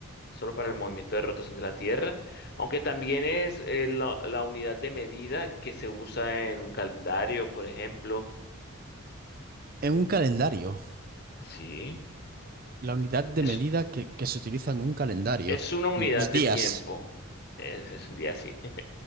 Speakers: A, on the left (about 45°); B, on the right (about 40°).
A: solo para el movimiento de rotación de la Tierra, aunque también es eh, la, la unidad de medida que se usa en un calendario, por ejemplo
B: En un calendario.
A: Sí,
B: La unidad de
A: es,
B: medida que, que se utiliza en un calendario.
A: es una unidad
B: Los
A: de
B: días.
A: tiempo. Es, es un día así.